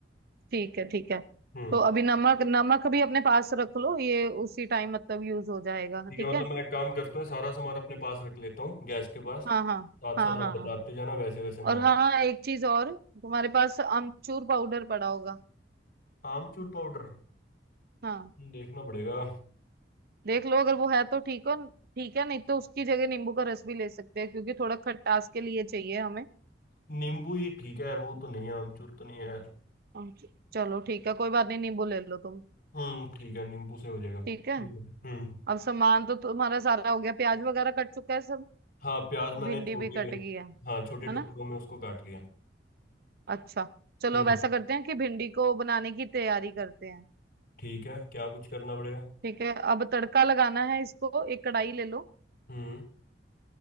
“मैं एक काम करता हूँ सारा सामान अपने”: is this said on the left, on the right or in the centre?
Left